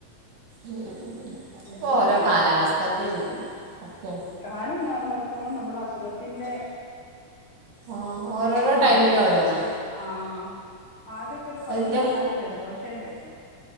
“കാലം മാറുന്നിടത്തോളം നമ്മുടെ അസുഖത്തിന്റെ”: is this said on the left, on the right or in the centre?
Left